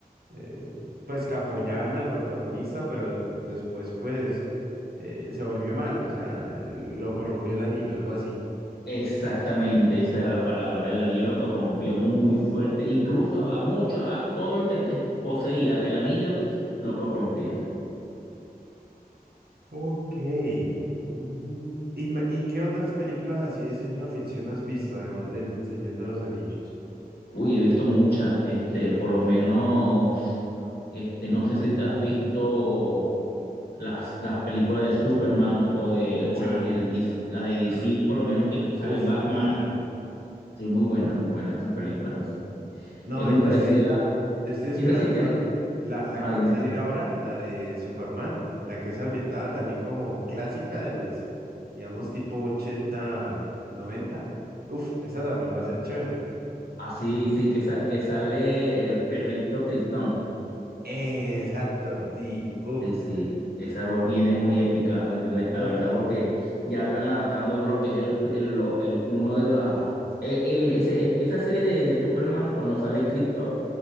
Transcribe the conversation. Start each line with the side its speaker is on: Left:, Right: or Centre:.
Right: eh, pues que apoyaban al protagonista, pero después pues eh, se volvió malo, o sea, lo corrompió el anillo, algo así.
Left: Exactamente, esa era la palabra. El anillo lo corrompió muy fuerte. Incluso a, a mucho, a todo el que eh, poseía el anillo, lo corrompía.
Right: Ok. Mm, ¿Y, me- y qué otras películas así de ciencia ficción has visto, además del Señor de los Anillos?
Left: Uy, he visto muchas, este, por lo menos, este, no sé si te has visto las, las películas de Superman o de, o
Right: Sí,
Left: las del DC, las de DC, por lo menos que sale
Right: uf,
Left: Batman.
Right: claro.
Left: Sí, muy buenas, muy buenas esas películas. Es
Right: No,
Left: es muy
Right: y
Left: parecida.
Right: yo estoy, yo estoy esperando
Left: Tiene, sí, tiene.
Right: la, la
Left: Ah,
Right: que
Left: dime.
Right: va a salir ahora, la de Superman, la que es ambientada también como clásica de los, digamos, tipo 80 noventa, Uf, esa también va a ser chévere.
Left: Ah, sí, sí, que, sal- que sale el perrito Krypton.
Right: Exacto, sí, uf.
Left: Sí, sí, esa voz viene muy épica, la, la
Right: mm,
Left: verdad, porque ya están adaptando lo que es el, el, lo- el- uno de las... e- el- ese- e, esa serie de, de Superman, cuando sale Krypto,